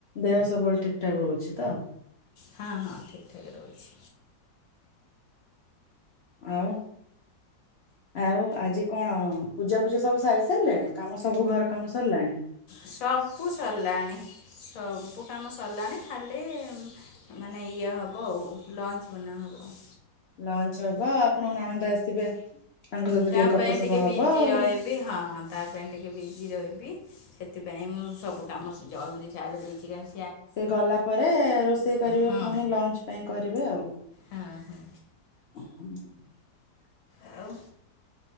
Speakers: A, on the left; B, on the left.
A: ଦେହ ସବୁବେଳେ ଠିକ ଠାକ ରହୁଛି ତ।
B: ହଁ ହଁ ଠିକ ଠାକ ରହୁଛି।
A: ଆଉ ଆଉ ଆଜି କଣ ପୂଜା ପୂଜି ସବୁ ସାରି ସାରିଲେଣି କାମ ସବୁ ଘର କାମ ସରିଲାଣି।
B: ସବୁ ସରିଲାଣି ସବୁ କାମ ସରିଲାଣି ଖାଲି ମାନେ ଇଏ ହେବ ଆଉ ଲଞ୍ଚ ବନାହେବ।
A: ଲଞ୍ଚ ହବ ଆପଣଙ୍କ ନଣନ୍ଦା ଆସିବେ ତାଙ୍କ ସହିତ
B: ତା
A: ଗପସପ
B: ପାଇଁ ଟିକେ
A: ହବ
B: ବିଜି
A: ଆଉ।
B: ରହିବି ହଁ ତା ପାଇଁ ଟିକେ ଟିକେ ବିଜି ରହିବି ସେଥିପାଇଁ ମୁଁ ସବୁ କାମ ଜଲ୍ଦି ସାରି ଦେଇଛି କାଇଁ
A: ସେ ଗଲା ପରେ ରୋଷେଇ କରିବେ
B: ହଁ
A: ପୁଣି ଲଞ୍ଚ ପାଇଁ କରିବେ ଆଉ।
B: ହଁ ହଁ
A: <inaudible>
B: ଆଉ